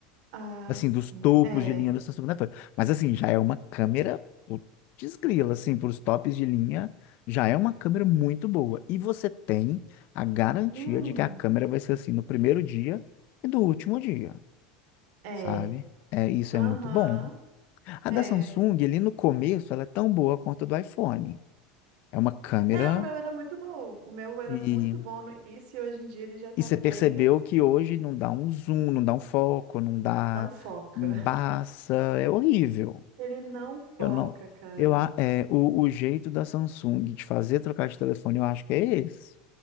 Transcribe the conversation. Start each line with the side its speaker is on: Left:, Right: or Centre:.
Right: Ah,
Left: Assim,
Right: sim.
Left: dos topos
Right: É.
Left: de linha da Samsung, né? Mas assim, já é uma câmera putz grila, assim, para os tops de linha, já é uma câmera muito boa. E você tem a garantia
Right: Hum.
Left: de que a câmera vai ser assim no primeiro dia e do último dia,
Right: É.
Left: sabe? É, isso
Right: Aham.
Left: é muito bom. A
Right: É.
Left: da Samsung, ali no começo, ela é tão boa quanto a do iPhone. É uma câmera
Right: É, o meu era muito bom. O meu era
Left: e
Right: muito bom no início e hoje em dia ele já tá
Left: E você
Right: bem
Left: percebeu
Right: assim.
Left: que hoje não dá um zoom, não dá um foco, não dá
Right: Não foca.
Left: embaça,
Right: <laughs>
Left: é horrível.
Right: Ele não
Left: Eu
Right: foca,
Left: não,
Right: cara.
Left: eu a- é, o, o jeito da Samsung de fazer trocar de telefone, eu acho que é esse,